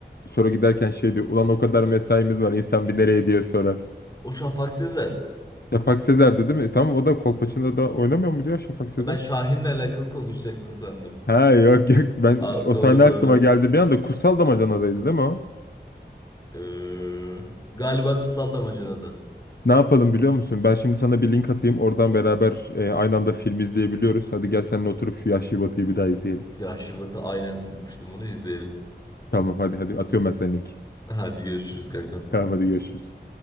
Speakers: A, on the left; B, on the left.
A: sonra giderken şey diyor ulan o kadar mesaimiz var insan bir nereye diye sorar.
B: O Şafak Sezer.
A: Şafak Sezer'di değil mi? Tamam o da Kolpaçino'da da oynamıyor muydu ya Şafak Sezer?
B: Ha, Ben Şahin'le alakalı konuşacaksın sandım.
A: Ha yok yok ben
B: Aa,
A: o
B: doğru
A: sahne
B: doğru.
A: aklıma geldi bir anda Kutsal Damacana'daydı değil mi o?
B: Ee, galiba Kutsal Damacana'da.
A: Ne yapalım biliyor musun? Ben şimdi sana bir link atayım oradan beraber e, aynı anda film izleyebiliyoruz. Hadi gel seninle oturup şu Yahşi Batı'yı bir daha izleyelim.
B: Ya Şubat'ı aynen unutmuştum onu izleyelim.
A: Tamam hadi hadi atıyorum ben sana linki.
B: Hadi görüşürüz kankam.
A: Tamam hadi görüşürüz.